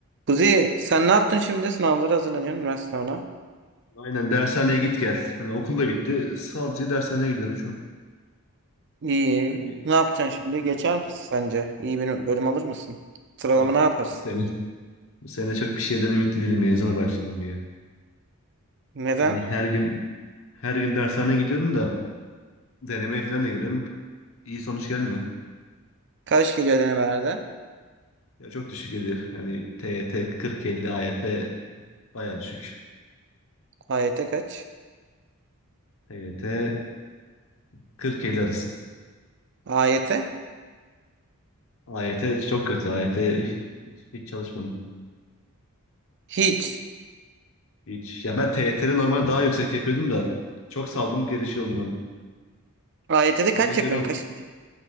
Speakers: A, on the right; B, on the left.
A: Kuzi sen ne yaptın şimdi? Sınavlara hazırlanıyorsun üniversite sınavına.
B: Aynen dershaneye git gel. Hani okul da bitti. Sadece dershaneye gidiyorum şu an.
A: İyi.
B: Yani
A: Ne yapacaksın şimdi?
B: <laughs>
A: Geçer misin sence? İyi bir bölüm alır mısın? Sıralama
B: yok
A: ne yaparsın?
B: bu sene. Bu sene çok bir şeyden ümitli değilim mezuna bırakacağım diye.
A: Neden?
B: Hani her gün her gün dershaneye gidiyorum da denemeye falan da giriyorum. İyi sonuç gelmiyor.
A: Kaç geliyor denemelerde?
B: Ya çok düşük geliyor. Yani TYT 40-50, AYT bayağı düşük.
A: AYT kaç?
B: TYT 40-50 arası.
A: AYT?
B: AYT çok kötü. AYT hiç, hiç çalışmadım.
A: Hiç.
B: Hiç. Ya ben TYT'de normal daha yüksek yapıyordum da çok saldım gelişi oldum hani.
A: AYT'de
B: Örnek
A: kaç yapıyorsun?
B: veriyorum
A: Kaç dedik?